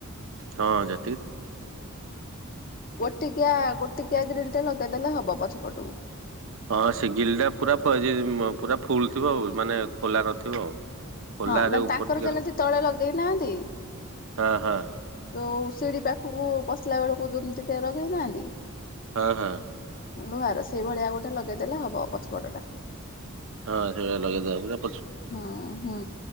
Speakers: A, on the right (about 65°); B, on the left (about 45°).
A: ହଁ ଯେ
B: ଗୋଟିକିଆ ଗୋଟିକିଆ ଗ୍ରିଲ୍ ଲଗେଇଦେଲେ ହବ ପଛ ପଟକୁ।
A: ହଁ ସେ ଗିଲ ଟା ପୁରା ଫ ଯେ ମ ପୁରା ଫୁଲ ଥିବ ଆଉ ମାନେ ଖୋଲା ନଥିବ। ଖୋଲାରେ
B: ହଁ ମାନେ
A: ଉପର
B: ତାଙ୍କର
A: ଟିକେ
B: ଯେମିତି ତଳେ ଲଗେଇନାହାନ୍ତି।
A: ହଁ ହଁ
B: ଯୋଉ ସିଢି ପାଖକୁ ପଶିଲା ବେଳକୁ ଯେମିତି ଟେ ରଗେଇ ନାହାନ୍ତି।
A: ହଁ ହଁ।
B: ଲୁହାର ସେଇଭଳିଆଉ ଗୋଟେ ଲଗେଇଦେଲେ ହବ ପଛପଟଟା।
A: ହଁ ସେଇଟା ଲଗେଇଦବା ପୁ
B: ହୁଁ ହୁଁ